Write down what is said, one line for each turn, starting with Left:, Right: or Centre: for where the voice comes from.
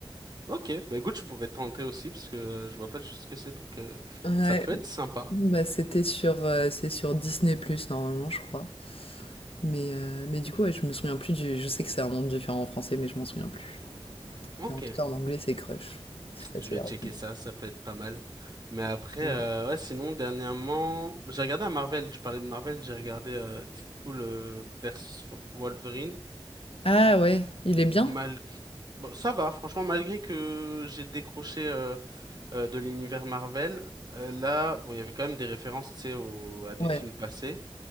Right: Ok, bah écoute, je pourrais tenter aussi parce que euh, je vois pas du tout ce que c'est, donc euh,
Left: Ouais,
Right: ça peut être sympa.
Left: bah c'était sur, euh, c'est sur Disney+, normalement, je crois. Mais, euh, mais du coup, ouais, je me souviens plus du... Je sais que c'est un nom différent en français, mais je m'en souviens plus.
Right: Ok,
Left: Mais en tout cas, en anglais, c'est Crush. C'est facile
Right: je vais
Left: à
Right: checker
Left: retenir.
Right: ça, ça peut être pas mal. Mais après,
Left: Mm.
Right: euh, ouais, sinon, dernièrement, j'ai regardé un Marvel, tu parlais de Marvel, j'ai regardé euh, Deadpool euh, versus Wolverine,
Left: Ah ouais, il est bien?
Right: ou mal... Bon, ça va, franchement, malgré que j'ai décroché euh, euh, de l'univers Marvel, euh, là, bon, il y avait quand même des références, tu sais, au- à des
Left: Ouais,
Right: films passés.